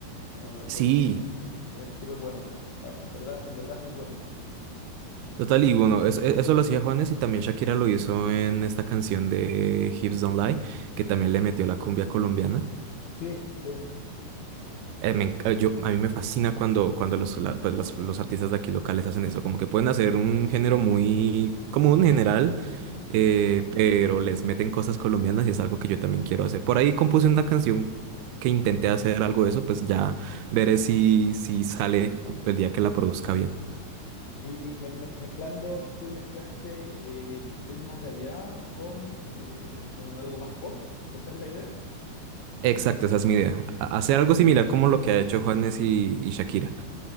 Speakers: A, on the left; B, on the right.
A: No, pa-
B: Sí,
A: para mí es súper bueno. eh, pa- En verdad, en verdad es muy bueno.
B: total, y bueno, eso, e- eso lo hacía Juanes y también Shakira lo hizo en esta canción de Hips Don't Lie, que también le metió la cumbia colombiana.
A: Sí, sí. eh,
B: Eh, me enc- yo, a mí me fascina cuando, cuando los, la- pues, los, los artistas de aquí locales hacen eso, como que pueden hacer un género muy común en general,
A: Ujú.
B: eh, pero les meten cosas colombianas y es algo que yo también quiero hacer. Por ahí compuse una canción que intenté hacer algo de eso, pues ya veré si, si sale cu- el día que la produzca bien.
A: y y me- me- mezclando, tú mezclaste eh, ritmos de allá con, eh, con algo más pop. ¿Esa es la idea?
B: Exacto, esa es mi idea. A- Hacer
A: Mm.
B: algo similar como lo que ha hecho Juanes y, y Shakira.